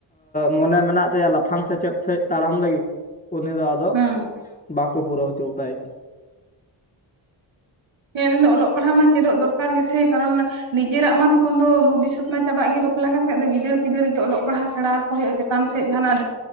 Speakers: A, on the left; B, on the right.
A: ᱢᱚᱱᱮ ᱢᱮᱱᱟᱜ ᱛᱟᱭᱟ ᱞᱟᱯᱷᱟᱝ ᱥᱮᱪᱮᱫ ᱥᱮᱫ ᱛᱟᱲᱟᱢ ᱞᱟᱹᱜᱤᱫ, ᱩᱱᱤ ᱫᱚ
B: ᱦᱩᱸ ᱾
A: ᱵᱟᱠᱩ ᱯᱩᱨᱟᱹᱣ ᱦᱩᱪᱩ ᱟᱛᱟᱭ ᱠᱟᱱᱟ ᱾
B: ᱦᱮᱸ ᱚᱞᱚᱜ ᱯᱟᱲᱦᱟᱜ ᱢᱟ ᱪᱮᱫᱚᱜ ᱫᱚᱨᱠᱟᱨ ᱜᱮ ᱥᱮ ᱠᱟᱨᱚᱱ ᱱᱤᱡᱮᱨᱟᱜ ᱢᱟ ᱛᱚᱠᱷᱚᱱ ᱫᱚ ᱵᱷᱚᱵᱤᱥᱥᱚᱛ ᱢᱟ ᱪᱟᱵᱟᱜ ᱜᱮ ᱵᱟᱯᱞᱟ ᱠᱟᱛᱮᱜ, ᱟᱫᱚ ᱜᱤᱫᱟᱹᱨ ᱯᱤᱫᱟᱹᱨ ᱡᱮ ᱚᱞᱚᱜ ᱯᱟᱲᱦᱟᱜ ᱥᱮᱬᱟ ᱟᱠᱚ ᱦᱩᱭᱩᱜᱼᱟ ᱪᱮᱛᱟᱱ ᱥᱮᱫ ᱡᱟᱦᱟᱱᱟᱜ